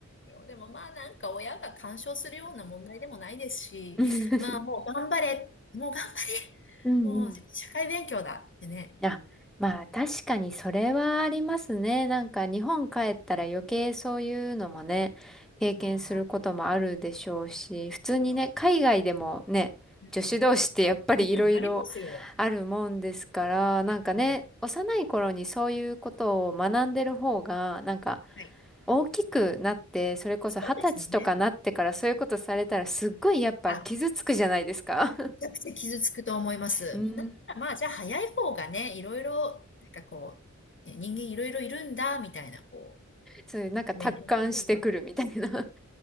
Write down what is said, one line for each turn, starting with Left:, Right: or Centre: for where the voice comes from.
Left: ですよ。でもまあなんか親が干渉するような問題でもないですし、
Centre: <laughs>
Left: まあもう頑張れ、もう頑張れ、
Centre: うんうん
Left: もう社会勉強だってね。
Centre: あ、まあ確かにそれはありますね。なんか日本帰ったら余計そういうのもね、経験することもあるでしょうし、
Left: ああ、
Centre: 普通にね、
Left: そう
Centre: 海外でもね、
Left: ですね。
Centre: 女子同士ってやっぱりいろいろ
Left: うん、うんありますよ。
Centre: あるもんですから、なんかね、
Left: はい。
Centre: 幼い頃にそういうことを学んでる方が、なんか
Left: はい。
Centre: 大きくなって、それこそ二十歳とかなってからそういうことされたらすっごいやっぱ傷つくじゃないですか。
Left: そうですね。あ、めちゃくちゃ傷つくと思います。
Centre: <laughs> うん。
Left: だからまあじゃあ早い方がね、いろいろ、なんかこう、え人間いろいろいるんだ、みたいな、こ
Centre: そういう、なんか達観してくるみたいな。
Left: う、勉強になれば。
Centre: <laughs>